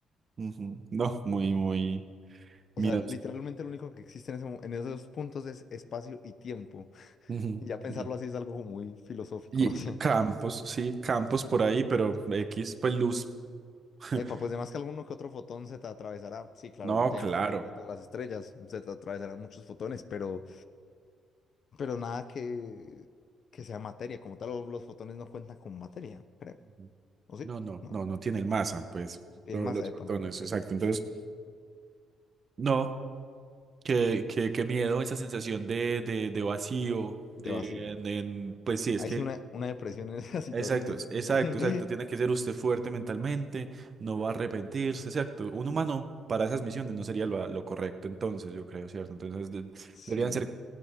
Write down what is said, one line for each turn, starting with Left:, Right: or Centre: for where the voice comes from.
Right: Ujú. No, muy, muy
Left: O
Right: miedoso.
Left: sea, literalmente lo único que existe en, ese mo- en esos puntos es espacio y tiempo.
Right: Ujú,
Left: Y ya pensarlo
Right: ujú.
Left: así es algo como muy filosófico,
Right: Y
Left: <laughs> no sé.
Right: campos, sí, campos por ahí, pero X, pues luz. <laughs>
Left: Epa, pues además que alguno que otro fotón se te atravesará. Sí, claro,
Right: No,
Left: llegan
Right: claro.
Left: los fotones de todas las estrellas, se te atravesarán muchos fotones, pero... Pero nada que, que sea materia. Como tal, los, los fotones no cuentan con materia, creo.
Right: Ujú.
Left: ¿O sí?
Right: No, no,
Left: No.
Right: no, no tiene el masa, pues,
Left: Tienen
Right: lo-
Left: masa,
Right: los
Left: epa,
Right: fotones, exacto. Entonces, no. Qué, qué- qué miedo, esa sensación de, de, de vacío.
Left: de
Right: eh,
Left: vacío.
Right: en- en- pues sí, es
Left: Ahí
Right: que...
Left: sí una, una depresión en esa <laughs> situación
Right: Exacto,
Left: sería
Right: es- exacto,
Left: muy... <laughs>
Right: exacto. Tiene que ser usted fuerte mentalmente, no va a arrepentirse, exacto. Un humano para esas misiones no sería lo, lo correcto, entonces yo creo, ¿cierto? Entonces de-
Left: Sí,
Right: deberían ser